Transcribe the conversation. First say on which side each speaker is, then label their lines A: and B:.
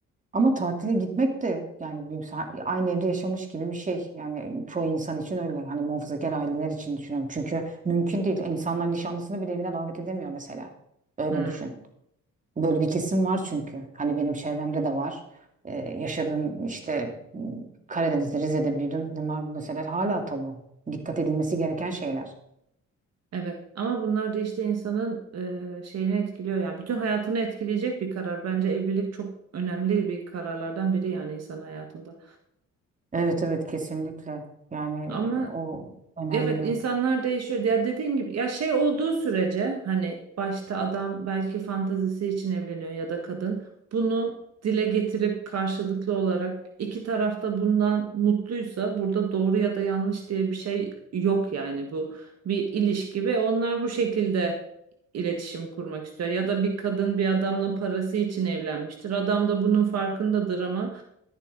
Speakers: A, on the right; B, on the right.
A: ama tatile gitmek de yani büyük aynı evde yaşamış gibi bir şey. Yani çoğu insan için öyle. Hani muhafazakar aileler için düşünüyorum. Çünkü mümkün değil. İnsanlar nişanlısını bile evine davet edemiyor mesela. Öyle
B: Hmm.
A: düşün. Böyle bir kesim var çünkü. Hani benim çevremde de var. Ee, yaşadığım işte m, Karadeniz'de, Rize'de büyüdüm. Bunlar mesela hala tabu. Dikkat edilmesi gereken şeyler.
B: Evet ama bunlar da işte insanın e, şeyini etkiliyor yani. Bütün hayatını etkileyecek bir karar. Bence evlilik çok önemli bir kararlardan biri yani insan hayatında.
A: Evet evet kesinlikle. Yani
B: Ama
A: o önemli.
B: Evet insanlar değişiyor. Ya dediğin gibi ya şey olduğu sürece hani başta adam belki fantazisi için evleniyor ya da kadın bunu dile getirip karşılıklı olarak iki taraf da bundan mutluysa burada doğru ya da yanlış diye bir şey yok yani bu bir ilişki ve onlar bu şekilde iletişim kurmak istiyor ya da bir kadın bir adamla parası için evlenmiştir. Adam da bunun farkındadır ama